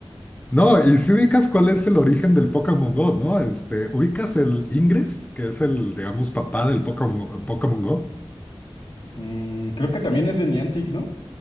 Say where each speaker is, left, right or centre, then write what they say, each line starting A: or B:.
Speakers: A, on the left; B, on the left.
A: No, y si ubicas cuál es el origen del Pokémon Go, ¿no? Este, ubicas el Ingress, que es el, digamos, papá del Pokémon, Pokémon Go.
B: Mm, creo que también es de Niantic, ¿no?